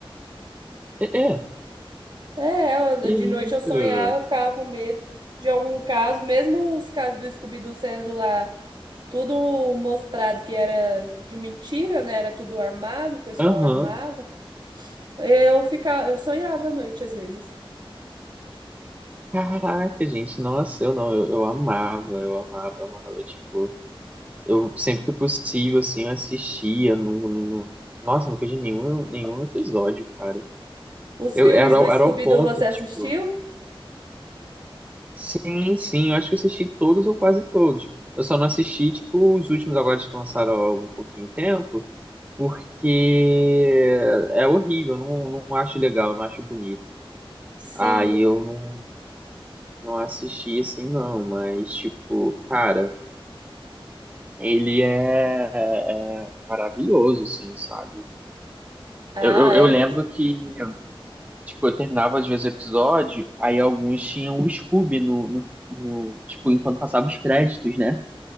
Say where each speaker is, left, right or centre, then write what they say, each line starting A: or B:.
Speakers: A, on the right; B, on the right.
A: é, é,
B: É, eu-
A: que
B: de
A: isso?
B: noite eu sonhava, ficava com medo de algum caso, mesmo os casos do Scooby-Doo sendo lá tudo mostrado que era de mentira, né? Era tudo armado, o pessoal
A: Aham.
B: armava. Eu ficava, eu sonhava à noite às vezes.
A: Caraca, gente, nossa, eu não, eu, eu amava, eu amava, amava, tipo, eu sempre que possível, assim, eu assistia, não, não- nossa, não perdi nenhum, nenhum episódio, cara.
B: Os
A: Eu
B: filmes
A: era,
B: do
A: ao-
B: Scooby-Doo
A: era ao ponto,
B: você assistiu?
A: tipo, Sim, sim, eu acho que eu assisti todos ou quase todos. Eu só não assisti, tipo, os últimos agora que lançaram há algum pouquinho de tempo, porque é horrível, eu não, não acho legal, não acho bonito.
B: Sim.
A: Aí eu não, não assisti assim, não, mas, tipo, cara, ele é maravilhoso, assim, sabe?
B: Ah,
A: Eu, eu,
B: é
A: eu lembro
B: mesmo.
A: que, tipo, eu terminava às vezes o episódio, aí alguns tinham o Scooby no, no, no, tipo, enquanto passava os créditos, né?